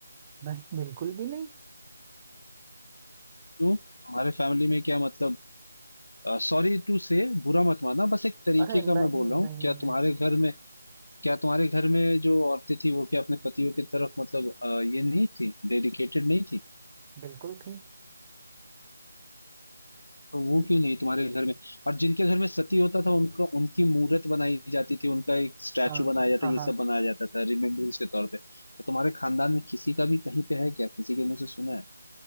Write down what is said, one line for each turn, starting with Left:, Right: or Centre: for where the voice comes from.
Right: नहीं बिल्कुल भी नहीं
Left: क्यों तुम्हारे फैमिली में क्या मतलब सॉरी टू से बुरा मत मानना बस एक तरीके
Right: अरे नहीं
Left: का मैं बोल रहा
Right: नहीं
Left: हूँ क्या
Right: नहीं
Left: तुम्हारे
Right: नहीं
Left: घर में क्या तुम्हारे घर में जो औरतें थी वो क्या अपने पतियों की तरफ मतलब अ, ये नहीं थी डेडिकेटेड नहीं थी
Right: बिल्कुल थी
Left: तो वो
Right: ल-
Left: क्यों नहीं तुम्हारे घर में और जिनके घर में सती होता था उनका उनकी मूर्त बनाई जाती थी उनका एक स्टैचू
Right: हाँ
Left: बनाया जाता
Right: हाँ
Left: ये
Right: हाँ
Left: सब बनाया जाता था रिमेम्बरेंस के तौर पे तो तुम्हारे खानदान में किसी का भी कहीं पे है क्या किसी के मुंह से सुना है